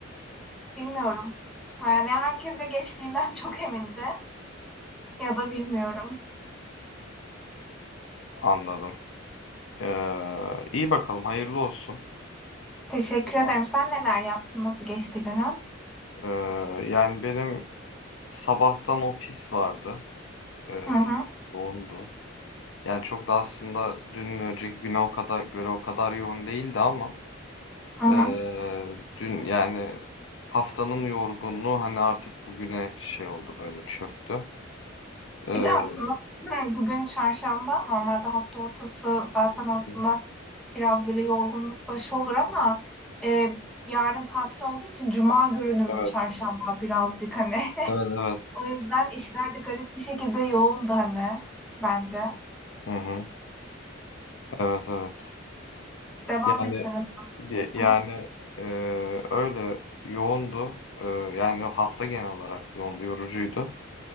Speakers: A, in the centre; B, on the left.
A: Bilmiyorum. Yani herkese geçtiğinden <laughs> çok emindi ya da bilmiyorum.
B: anladım. Ee, iyi bakalım. Hayırlı olsun.
A: Teşekkür
B: o
A: ederim.
B: zaman.
A: Sen neler yaptın? Nasıl geçti günün?
B: Ee, yani benim sabahtan ofis vardı. Ee,
A: Hı hı.
B: yoğundu. Yani çok da aslında dün önceki güne o kadar göre o kadar yoğun değildi ama
A: Hı hı.
B: ee, dün yani haftanın yorgunluğu hani artık bugüne şey oldu böyle çöktü. Eee,
A: Bir de aslında hı, bugün çarşamba. Normalde hafta ortası zaten aslında
B: evet,
A: biraz böyle yorgunluk başı olur ama e, yarın tatil olduğu için cuma görünümlü
B: evet,
A: çarşamba birazcık hani. <laughs>
B: evet, evet.
A: O yüzden işler de garip bir şekilde yoğundu hani bence.
B: Hı hı. Evet, evet.
A: Devam
B: Yani
A: et canım.
B: ya- yani
A: Hı hı.
B: eee, öyle yoğundu. Eee, yani hafta genel olarak yoğundu, yorucuydu.